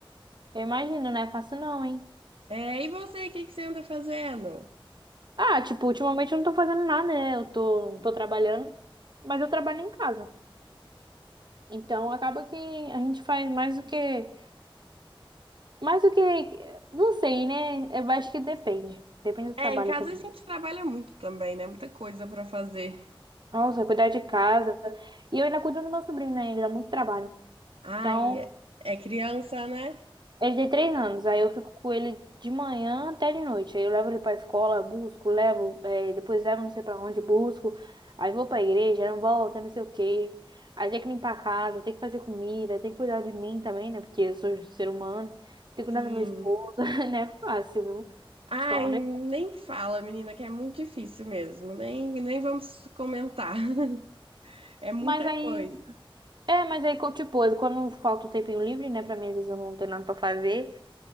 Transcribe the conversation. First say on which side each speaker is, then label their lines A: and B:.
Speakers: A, on the right; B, on the right.
A: Eu imagino, não é fácil não, hein?
B: É, e você, o que que você anda fazendo?
A: Ah, tipo, ultimamente eu não tô fazendo nada, né? Eu tô, não tô trabalhando, mas eu trabalho em casa. Então acaba que a gente faz mais do que. Mais do que. Não sei, né? Eu acho que depende. Depende do
B: É,
A: trabalho
B: em casa
A: também.
B: a gente trabalha muito também, né? Muita coisa pra fazer.
A: Nossa, cuidar de casa. E eu ainda cuido do meu sobrinho, né? Ele dá muito trabalho.
B: Ai,
A: Então,
B: é é criança, né?
A: Ele tem três anos, aí eu fico com ele de manhã até de noite. Aí eu levo ele pra escola, busco, levo, eh, depois levo não sei pra onde, busco. Aí vou pra igreja, não volto, não sei o quê. Aí tem que limpar a casa, tem que fazer comida, tem que cuidar de mim também, né? Porque eu sou ser humano. Tem
B: Sim.
A: que cuidar do meu esposo, <laughs> né? é fácil, viu?
B: Ai,
A: Te falar,
B: nem
A: né?
B: fala, menina, que é muito difícil mesmo. Nem, nem vamos comentar. <laughs> É muita
A: Mas aí,
B: coisa.
A: é, mas aí, co- tipo, quando falta um tempinho livre, né? Pra mim, às vezes eu não tenho nada pra fazer.